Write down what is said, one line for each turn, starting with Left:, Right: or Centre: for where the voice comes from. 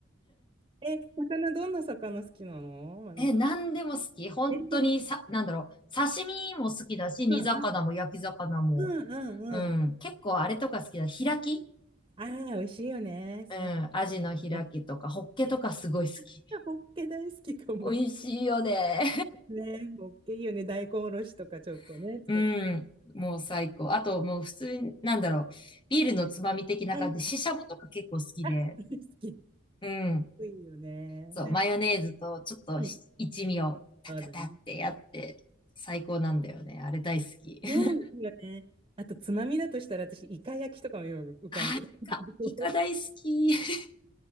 Right: え、魚、どんな魚好きなのまみさ
Left: え、何でも好き。本当にさ、
Right: ん。え、
Left: なんだろう。刺身も好きだし、
Right: うん
Left: 煮魚も焼き魚も。
Right: うんうんうん。
Left: うん。結構あれとか好きだ。開き
Right: ああ、美味しいよね。そう。
Left: うん。アジの開きとか、
Right: あ
Left: ホッケとかすごい好き。
Right: 実はホッケ大好きかも。
Left: 美味しいよね。
Right: ね、ホッケいいよね。大根おろしとかちょっとね、
Left: <laughs>
Right: つけて。
Left: うん。もう最高。あと、もう普通に、なんだろう。ビールのつまみ的な感じで、
Right: はい。
Left: ししゃもとか結構好きで。
Right: あ好き。い
Left: うん。
Right: いよね。
Left: そう、
Right: ね。
Left: マヨネーズとちょっとし一味をタタタってやって、
Right: うん。そうだね。
Left: 最高なんだよね。あれ大好き。<laughs>
Right: うん、いいよね。あと、つまみだとしたら、私、イカ焼きとかもよく浮かんでる。
Left: あー、イカ、
Right: <laughs>
Left: イカ大好き。